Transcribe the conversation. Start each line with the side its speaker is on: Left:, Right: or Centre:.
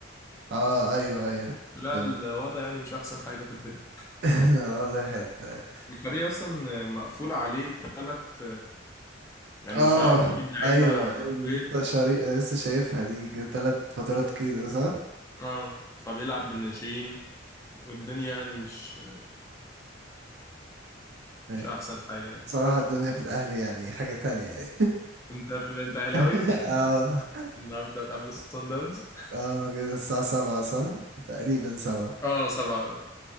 Right: اه ايوه ايوه
Left: لا
Right: فهمت
Left: الوضع يعني مش أحسن حاجة في الدنيا
Right: <laughs> واضح ال-
Left: الفريق أصلا مقفول عليه تلات يعني
Right: اه
Left: مش هيعرف يجيب
Right: ايوه
Left: لعيبة
Right: ايوه
Left: قيد
Right: لسه شاري لسه شايفها دي ثلاث فترات كده صح
Left: اه فبيلعب بالناشئين والدنيا يعني مش
Right: ايوه
Left: مش أحسن حاجة يعني.
Right: صراحة الدنيا في الاهلي يعني حاجة تانية يعني
Left: أنت أنت أهلاوي
Right: <laughs>
Left: <laughs>
Right: اه
Left: النهاردة هتقابل الصن داونز
Right: اه كده الساعة سبعة صح تقريبا سبعة
Left: اه سبعة